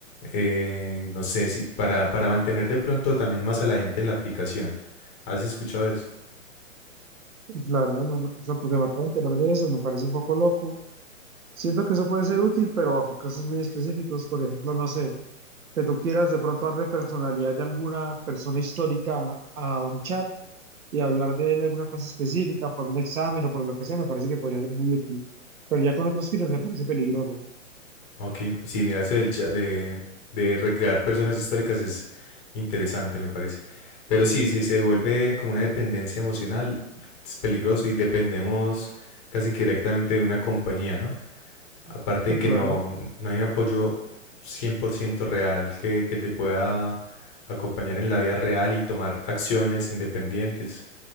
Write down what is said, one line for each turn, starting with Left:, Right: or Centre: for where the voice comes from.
Left: Eh, no sé si para, para mantener de pronto también más a la gente en la aplicación. ¿Has escuchado eso?
Right: Uf, La verdad, no, no, pues me acabo de enterar de eso, me parece un poco loco. Siento que eso puede ser útil, pero bajo casos muy específicos, por ejemplo, no sé, que tú quieras de pronto darle personalidad de alguna persona histórica a a un chat y hablar de él de alguna cosa específica, por un examen o por lo que sea, me parece que podría ser muy útil. Pero ya con otros fines me parece peligroso.
Left: Ok, sí, mira, ese del chat de, de recrear personas históricas es interesante, me parece. Pero sí, si se vuelve como una dependencia emocional, es peligroso y dependemos casi que directamente de una compañía, ¿no? Aparte
Right: Sí,
Left: de que
Right: claro,
Left: no, no hay un apoyo 100% real que, que te pueda acompañar en la vida real y tomar acciones independientes.